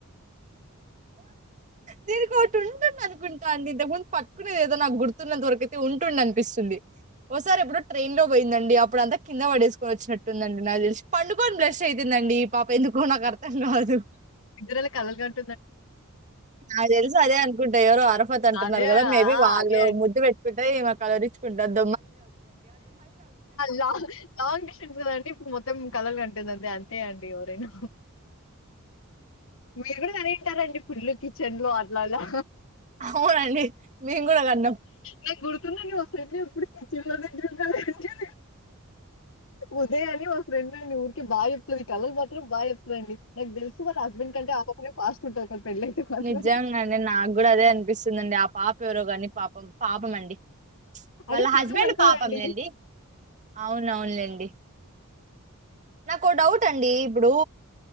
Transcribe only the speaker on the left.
నిద్రల కలలుగన్
అదే
ఆ!
అదే
లాంగ్ లాంగ్ డిస్టెన్స్ కదండి ఇప్పుడు మొత్తం కలలు కంటు ఉంటుందండి అంతే అండి ఎవరైనా మీరు కూడా కనే ఉంటారండి పుల్లు కిచెన్ లో అట్లాలా
నాకు గుర్తుతున్నదండి <inaudible> ఇప్పుడు కిచెన్ లో బెడ్ రూమ్ లో ఉదయ్ అని ఓ ఫ్రెండ్ అండి ఊరికే బాయ్ చెప్తది కళ్ళలో మాత్రం బాయ్ చెప్తదండి నాకు దెలిసి వాళ్ల హస్బెండ్ కంటే ఆ పాపనే ఫాస్ట్ <inaudible> మాత్రం
అంటే సిగ్గుపడతదండి